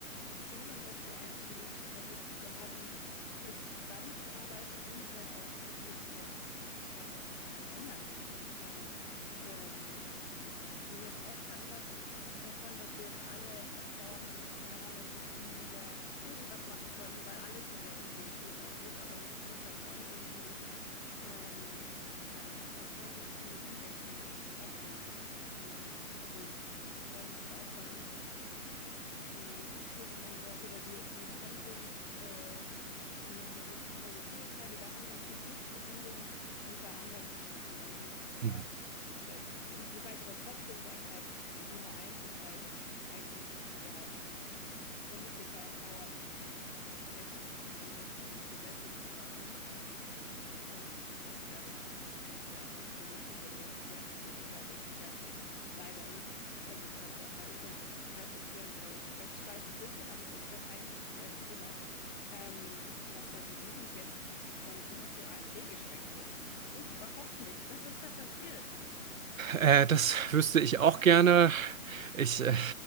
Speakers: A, on the left (about 35°); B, on the right (about 65°).
A: sehen, dass die einzige Möglichkeit ist, die wir haben, ist zusammenzuarbeiten und halt auch, dass wir halt einfach Sachen ändern müssen. Also ähm, ich, ich bin jetzt auch kein Freund davon, dass wir jetzt alle ab morgen, keine Ahnung, nie wieder irgendwas machen können, weil alles hat ja irgendwie einen Fußabdruck, aber es muss halt schon irgendwie, ähm, ja, es muss halt schon irgendwie ein Umdenken stattfinden. Und also Leute müssen aufhören die Schuld immer nur oder die, die Handlungs, äh, wie nennt man das, also Fähigkeit oder Handlungs, die Pflicht zu handeln, nur bei anderen zu suchen und nicht zuerst
B: Mhm.
A: bei sich selbst. Wo- Wobei ich aber trotzdem sage halt, das Nummer eins ist halt, eigentlich müssten wir halt Politiker empowern, die versprechen, in die Richtung Gesetze zu schaffen. Und das wäre das, was, ja, was ich mir wünschen würde, dass das mehr passieren würde. Aber es ist ja leider nicht, also gerade der Fall. Ich finde es so total schockierend. Sorry, es schwe- schweift ein bisschen ab, aber es ist schon eigentlich dasselbe Thema, ähm, dass halt die Jugend jetzt von Grün zur AfD geschwenkt ist. Das verstehe ich überhaupt nicht. Was ist da passiert?
B: Äh, das wüsste ich auch gerne. Ich, äh,